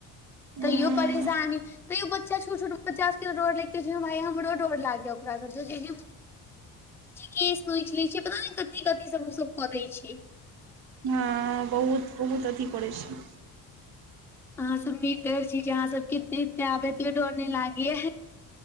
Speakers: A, in the centre; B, on the right.
A: तैयो
B: उंम्म
A: परेशानी तैयो बच्चा छोट छोट बच्चा डोर लगते छै भाय हमरो डर लागया ओकरा सब छै केश नौच लै छै पता नै कथी कथी सब ओ स ब कऽ दै छियै
B: हँ बहुत बहुत अथी करै छै
A: अहाँ सब नीक डर छी अहाँ सब केत एते आब एत डर नहि लागेया